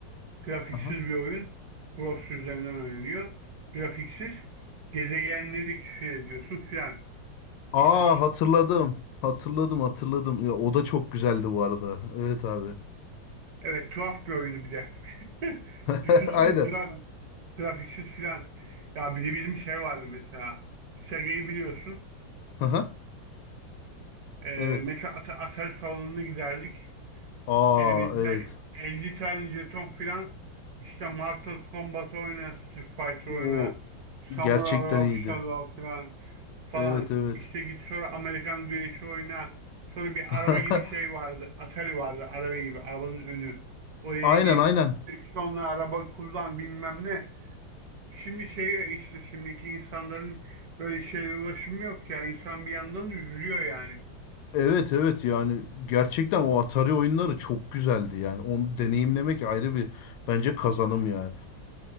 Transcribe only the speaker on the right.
grafiksiz
bir oyun. Browser üzerinden oynanıyor. Grafiksiz. Gezegenleri keşfediyorsun filan.
İşte
Evet tuhaf bir oyunu bir de. <laughs>
Düşünsene
gra grafiksiz filan. Ya bir de bizim şey vardı mesela. Sega'yı biliyorsun.
Ee,
mesela At Atari salonuna giderdik.
Elimizde
50 tane jeton filan. İşte Mortal Kombat oyna, Street Fighter
oyna, Samurai
of
Shadow filan. falan.
İşte git sonra Amerikan güreşi oyna. Sonra bir
araba gibi şey vardı. Atari vardı araba gibi. Arabanın önü. Oraya
gir.
Direksiyonla araba kullan bilmem ne. Şimdi şey işte şimdiki insanların böyle şeye ulaşımı yok ya. İnsan bir yandan da üzülüyor yani.